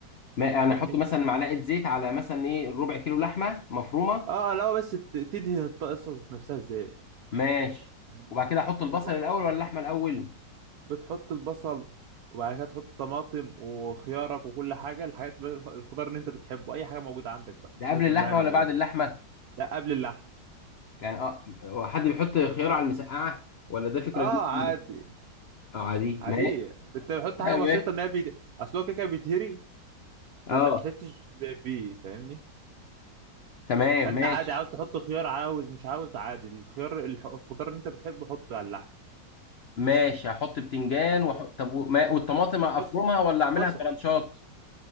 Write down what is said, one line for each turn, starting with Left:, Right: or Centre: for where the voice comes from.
Left: ما
Right: فاهمني
Left: انا احط مثلا معلقه زيت على مثلا ايه ربع كيلو لحمه مفرومه
Right: اه لو بس ت- تدهن الطاسه نفسها ازاي
Left: ماشي
Right: يعني
Left: وبعد كده احط البصل
Right: و-
Left: الاول ولا اللحمه الاول
Right: بتحط البصل وبعد كده تحط طماطم وخيارك وكل حاجه الحاجات بقى- الخضار اللي انت بتحبه اي حاجه موجوده عندك بقى
Left: ده
Right: مش
Left: قبل
Right: لازم
Left: اللحمه
Right: يعني
Left: ولا بعد اللحمه
Right: لا قبل اللحم
Left: يعني اه هو حد بيحط خيار على المسقعه ولا ده فكره
Right: اه
Left: جديده
Right: عادي
Left: اه عادي
Right: عاديه
Left: ما
Right: بت- بتحط حاجه بسيطه
Left: <laughs>
Right: ان هي بيت... اصل هو كده كده بيتهري
Left: اه
Right: فانت بتحطش ب- بيه فاهمني
Left: تمام
Right: فانت
Left: ماشي
Right: عادي عاوز تحط خيار عاوز مش عاوز عادي الخيار الح- الخضار اللي انت بتحبه حطه على اللحم
Left: ماشي هحط بتنجان
Right: ماشي
Left: وح... طب و- ما... والطماطم افرمها
Right: حط
Left: ولا اعملها
Right: بصل
Left: ترانشات